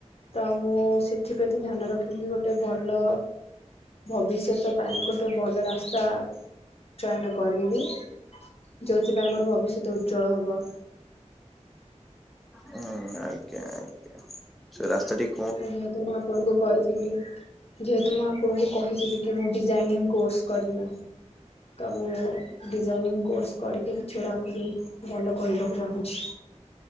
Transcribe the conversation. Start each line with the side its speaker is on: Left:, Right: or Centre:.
Left: ତ, ମୁଁ ସେ ଏଥିପତି ଧ୍ୟାନ ରଖିକି, ଗୋଟେ ଭଲ ଭବିଷ୍ୟତ ପାଇଁ ଗୋଟେ ଭଲ ରା ସ୍ତା, ଚୟନ କରିବି। ଯଉଥି ଉଥି, ପାଇଁ ମୋର ଭବିଷ୍ୟତ ଉଜ୍ଜ୍ୱଳ ହବ।
Centre: ହୁଁ, ଆଜ୍ଞା, ଆଜ୍ଞା। ସେ ରାସ୍ତା ଠିକ୍
Left: ହେତୁ ମୁଁ ଆପଣଙ୍କୁ କହିଥିଲି ଯେହେତୁ ମୁଁ ଆପଣଙ୍କୁ କହିଥିଲି କି ମୁଁ ଡିଜାଇନିଂ କୋର୍ସ କରିବି। ତ ମୁଁ ଡିଜାଇନିଂ କୋର୍ସ କରିକି କିଛି ଗୋଟେ ଭଲ କରିବାକୁ ଚାହୁଁଛି।